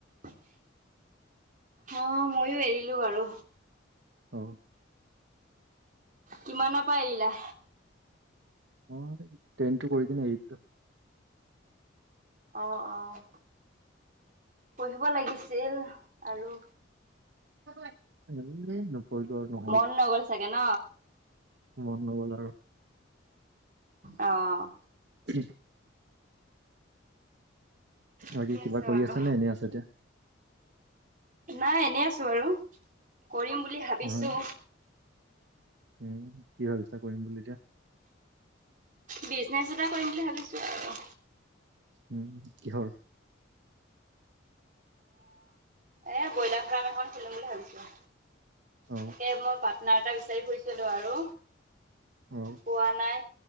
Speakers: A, on the right; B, on the right.
A: অ, ময়ো এৰিলো বাৰু।
B: অ',
A: কিমানৰ পা এৰিলা?
B: মই টেনটো কৰি কিনে এৰি দিলো।
A: অ', অ', পঢ়িব লাগিছিল আৰু।
B: <unintelligible> কৰিলোঁ আৰু ন'
A: মন নগল চাগে ন?
B: মন নগ'ল আৰু।
A: অ'।
B: <unintelligible> বাকী
A: ঠিকে
B: কিবা কৰি
A: বাৰু।
B: আছে নে এনেই আছাঁ এতিয়া?
A: নাই এনে আছোঁ আৰু কৰিম বুলি ভাবিছোঁ।
B: নহয় উম কি ভাবিছা কৰিম বুলি এতিয়া।
A: বিজনেছ এটা কৰিম বুলি ভাবিছোঁ আৰু।
B: উম, কিহৰ?
A: এই ব্ৰইলাৰ ফাৰ্ম এখন খুলিম বুলি ভাবিছোঁ,
B: অ
A: তাকে মই পাৰ্টনাৰ এটা বিচাৰি ফুৰিছিলোঁ আৰু
B: অ
A: পোৱা নাই।